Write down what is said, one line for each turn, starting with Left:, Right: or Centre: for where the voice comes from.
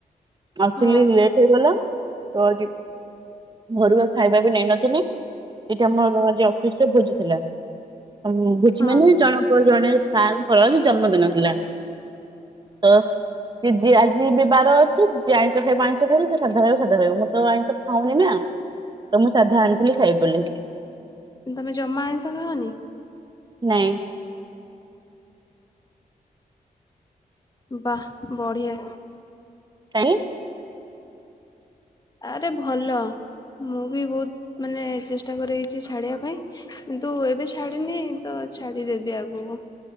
Right: ଆସିଲି
Left: ହଁ
Right: ଲେଟରେ ହେଇଗଲା ତ ଆଜି ଘରୁ ଆଜି ବି ଖାଇବା ନେଇନଥିଲି ସେଇଠି ଆମର ଆଜି ଅଫିସରେ ଭୋଜିଥିଲା। ହୁଁ ଭୋଜିମାନେ
Left: ହଁ
Right: ଜଣଙ୍କର ଜଣେ ସାରଙ୍କର ଜନ୍ମଦିନ ଥିଲା। ହଁ ଯିଏ ଆଜି ବିବାଦ ଅଛିି ଯିଏ ଆଇଁଷ ଖାଇବା ଆଇଁଷ ଖାଇବ ଯିଏ ସାଧା ଖାଇବ ସେ ସାଧା ଖାଇବ ମୁଁ ତ ଆଇଁଷ ଖାଉନି ନା, ତ ମୁଁ ସାଧା ଆଣିଥିଲି ଖାଇବି ବୋଲି
Left: ତୁମେ ଜମା ଆଇଁଷ ଖାଅ ନି?
Right: ନାଇଁ।
Left: ବାଃ ବଢିଆ।
Right: କାଇଁ?
Left: ଆରେ ଭଲ ମୁଁ ବି ବହୁତ ମାନେ ଚେଷ୍ଟା କରେଇଛି ଛାଡିବା ପାଇଁ କିନ୍ତୁ ଏବେ ଛାଡିନି ତ ଛାଡିଦେବି ଆଗକୁ।